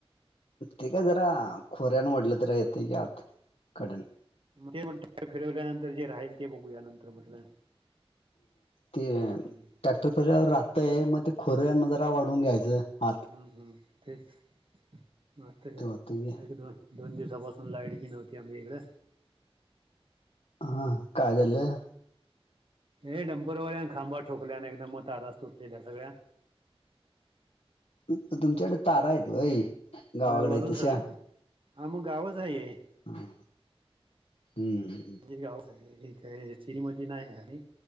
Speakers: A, on the left; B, on the right.
A: ते काय जरा खोऱ्यान वडलं तर येतेय की आत कडन.
B: तेच म्हणलं ट्रॅक्टर फिरवल्यानंतर जे राहील ते बघूया नंतर म्हटलं.
A: ते
B: हम्म
A: ट्रॅक्ट फिरवल्यावर
B: हम्म
A: राहतय मग ते खोऱ्यान जरा वडून घ्यायचं. आत
B: हम्म हम्म तेच म आता
A: ते होत की
B: एक दोन दोन दिवसापासून लाईट बी नव्हती आमच्या इकडं.
A: हां काय झालं?
B: हे डंपरवाल्यानं खांबा ठोकल्या आणि एकदम ताराच तुटलेल्या सगळ्या.
A: तर तुमच्याकडं तारा आहेत व्हय गावाकडं
B: होय वरून
A: आहेत तशा?
B: सगळ्यांना हा मग गावच आहे हे
A: हां हम्म.
B: हे गाव हाय हे काय <unintelligible> नाही हाय